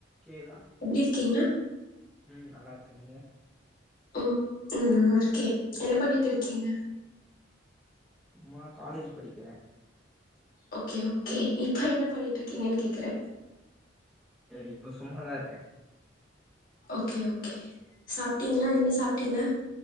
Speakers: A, in the centre; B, on the left.
A: கேக்குதா
B: எப்டி இருக்கீங்க
A: ம் நல்லாயிருக்கு நீங்கள்
B: ம் நான் நல்லாருக்கேன் என்ன பண்ணிட்டு இருக்கீங்க
A: சும்மா காலேஜ் படிக்கிறேன்
B: ஓகே ஓகே இப்ப என்ன பண்ணிட்டு இருக்கீங்கன்னு கேக்குறேன்
A: இப்போ சும்மா தான் இருக்கேன்
B: ஓகே ஓகே சாப்ட்டீங்களா என்ன சாப்ட்டீங்க